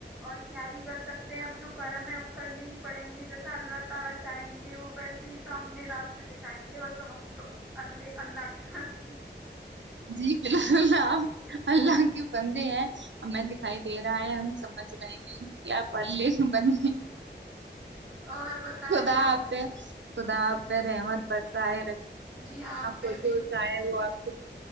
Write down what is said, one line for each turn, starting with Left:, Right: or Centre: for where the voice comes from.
Centre: اور کیا ہی ہو سکتے ہیں اب جو کرم ہے وہ کل نہیں پڑھیں گے جیسا اللہ تعالی چاہیں گے وہ ویسے ہی سامنے راستے دکھائیں گے بس ہم تو اللہ کے ساتھ
Right: جی بالکل آپ اللہ کے بندے ہیں ہم میں دیک دکھائی دے رہا ہے ہم سمجھ رہے ہیں کہ کیا پلے بن
Centre: اور بتائیں
Right: خدا آپ خدا آ پ ر احمد پرس ہے
Centre: جی
Right: آپ
Centre: پہ
Right: کو جو
Centre: بھی
Right: چاہے وہ آپ <inaudible>